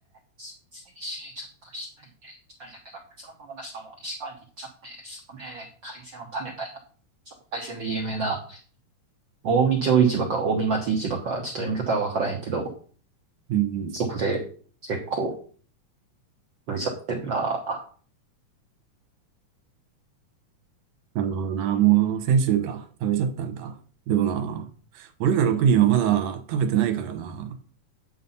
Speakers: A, on the right; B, on the right.
A: 先週ちょっと一人で、一人じゃないか別の友達とも石川に行っちゃって、そこで海鮮を食べたいな。その海鮮で有名な、近江町市場か近江町市場か、ちょっと読み方はわからへんけど、
B: うん、
A: そこで結構、めちゃってんな。
B: なるほどな。もう先週か。食べちゃったんか。でもな、俺ら6人はまだ食べてないからな。